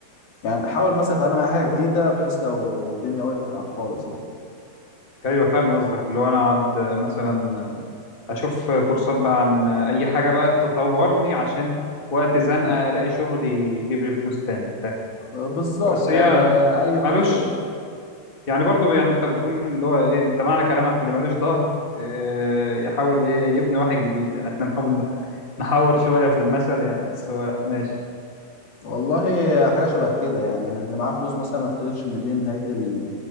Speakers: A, on the left; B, on the left.
A: يعني حاول مثلا تتعلم اي حاجه جديده بحيث لو الدنيا وقفت معاك خالص يعني
B: ايوه فاهم قصدك اللي هو انا اقعد مثلا اشوف كورسات بقى عن اي حاجه بقى تطورني عشان وقت زنقه الاقي شغل يجيب لي فلوس تاني
A: أه، بالظبط
B: بس
A: يعني
B: هي
A: اي كورس
B: مالوش يعني برضو يعني انت بتقول اللي هو ايه انت معنى كلامك اللي مالوش ظهر إيه يحاول ايه يبني واحد جديد يعني احنا نحاول نح- نحاور شوية في المثل يعني بس هو ماشي
A: والله حاجة شبه كده يعني اللي معاه فلوس مثلا ما يفتكرش ان دي نهاية ال-